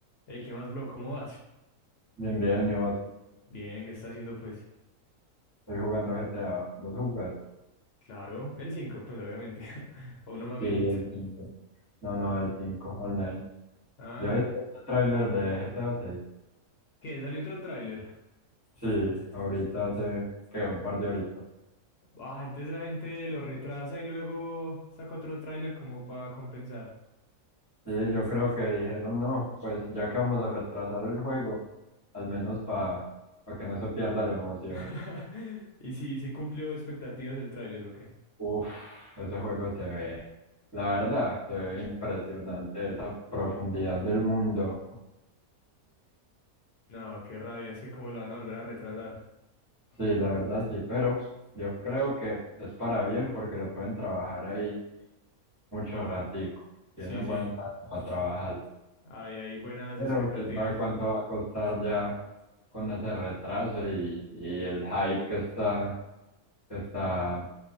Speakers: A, on the left; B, on the right.
A: Hey, ¿qué más, bro? ¿Cómo vas?
B: Bien, bien, y vos,
A: Bien, ¿qué está haciendo, pues?
B: estoy jugando GTA. ¿Vos jugás?
A: Claro, el 5, pues obviamente. <laughs> A uno más
B: Sí,
A: viejito.
B: el 5. No, no, el 5 online.
A: Ah,
B: ¿Ya viste el tráiler de GTA 6?
A: ¿qué? ¿Salió otro tráiler?
B: Sí, ahorita hace, que Un par de horitas.
A: Ah, entonces la gente lo retrasa y luego saca otro tráiler como para compensar.
B: Sí, yo creo que dijeron, no, pues ya que vamos a retrasar el juego, al menos para que no se pierda la emoción.
A: <laughs> ¿Y si, si cumplió expectativas del tráiler o qué?
B: Uf, ese juego se ve, la verdad, se ve impresionante, esa profundidad del mundo.
A: No, qué rabia, es que cómo lo van a volver a retrasar.
B: Sí, la verdad sí, pero yo creo que es para bien porque le pueden trabajar ahí mucho ratico. Tienen
A: Sí, sí,
B: buen rato para trabajar.
A: hay, hay buenas
B: Pero
A: expectativas.
B: quién sabe cuánto va a costar ya con ese retraso y, y el hype que está, que está